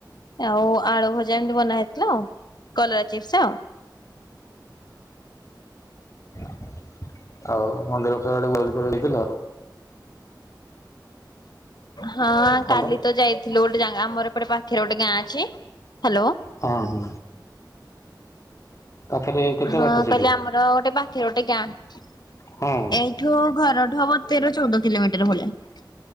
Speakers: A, on the left; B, on the left.
A: ଆଉ ଆଳୁ ଭଜା ଏମତି ବନା ହେଇଥିଲା କଲରା ଚିପ୍ସସ।
B: <inaudible> ଆଉ ମନ୍ଦିର ଖଆଡେ ବୁଲି ବୁଲା ଯାଇଥିଲ?
A: ହଁ
B: ହ୍ୟାଲୋ
A: କାଲି ତ ଯାଇଥିଲୁ ଗୋଟେ ଜାଗା ଆମର ଏପଟେ ଗୋଟେ ଗାଁ ଅଛି ହ୍ୟାଲୋ।
B: ହଁ ହଁ ପାଖରେ କେତେ
A: ହଁ
B: ବାଟ ସେଇଠୁ?
A: କହିଲି ଆମର ଗୋଟେ ବାଖେ ଗୋଟେ ଗାଁ।
B: ହଁ
A: ଏଇଠୁ ଘରଠୁ ହବ ତେର ଚଉଦ କିଲୋମିଟର ଭଳିୟା।